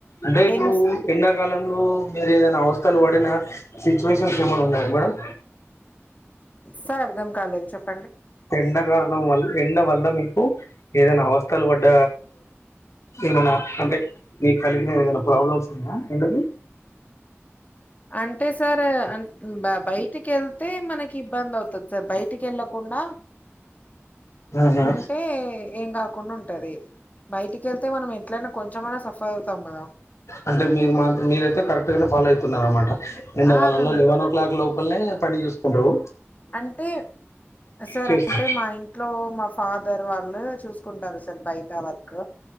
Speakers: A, on the left; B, on the left.
A: అంటే ఇప్పుడు
B: ఏం
A: ఎండాకాలంలో మీరు ఏదైనా అవస్థలు పడినా సిచ్యువేషన్స్ ఏమన్న ఉన్నాయా మేడం
B: సార్ అర్థం కాలేదు చెప్పు
A: ఎండాకాలం వల్ ఎండ వల్ల మీకు ఏదైనా అవస్థలు పడ్డ ఏమన్న అంటే నీకు కలిగిన ఏదైనా ప్రాబ్లమ్స్ ఉన్నాయా ఏంటవి
B: అంటే సార్ బ బయటికి వెళ్తే మనకి ఇబ్బంది అవుతది సార్ బయ్ టికి వెళ్లం కుండ
A: ఆహా
B: ఉంటే ఏం కాకుండ ఉంటది బయటి కేళ్తే మనం ఎట్లైనా కొంచమైనా సఫర్ అవుతాం కదా
A: అంటే మీరు మా మీరైతే కరెక్ట్ గానే ఫాలో అయితున్నారు అన్నమాట ఎండాకాలంలో
B: ఆ మేము
A: లెవెన్ ఓ క్లాక్ లోపలనే పని చూసుకుంటరు
B: అంటే సార్
A: చేస్తారు
B: అంటే మా ఇంట్లో మా ఫాదర్ వాళ్ళు చూసుకుంటరు సార్ బయట వర్క్